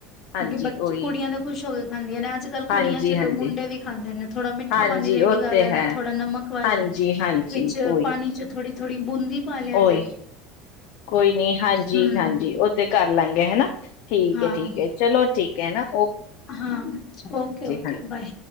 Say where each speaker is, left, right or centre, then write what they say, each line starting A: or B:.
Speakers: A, on the left; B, on the left.
A: ਹਾਂਜੀ
B: ਬ
A: ਉਹੀ
B: ਕੁੜੀਆਂ ਤੇ ਖੁਸ਼ ਹੋ ਗ ਖਾਂਦੀਆਂ ਨੇ ਅੱਜ ਕੱਲ੍ਹ
A: ਹਾਂਜੀ
B: ਕੁੜੀਆਂ ਛੱਡੋ
A: ਹਾਂਜੀ
B: ਮੁੰਡੇ ਵੀ ਖਾਂਦੇ ਨੇ ਥੋੜਾ ਮਿੱਠਾ
A: ਹਾਂਜੀ
B: ਪਾਣੀ ਰੇਡੀ
A: ਉਹ
B: ਕਰ
A: ਤੇ
B: ਲੈਣਾ
A: ਹੈ
B: ਥੋੜਾ ਨਮਕ ਵਾਲਾ
A: ਹਾਂਜੀ ਹਾਂਜੀ
B: ਵਿੱਚ
A: ਉਹੀ
B: ਪਾਣੀ ਚ ਥੋੜੀ ਥੋੜ੍ਹੀ ਬੂੰਦੀ ਪਾ ਲਿਆ ਜੇ
A: ਉਹੀ ਕੋਈ ਨੀ ਹਾਂਜੀ
B: ਹੂੰ
A: ਹਾਂਜੀ ਉਹ ਤੇ ਘ ਲਾਂ ਗ ਗਿਆ ਹਨਾ ਅੱਛ ਠੀਕ
B: ਹਾਂ
A: ਹੈ ਠੀਕ ਹੈ ਚਲੋ ਠੀਕ ਕਨਾ
B: ਹਾਂ ਓਕੇ ਓਕੇ
A: ਹਾਂਜੀ
B: ਬਾਏ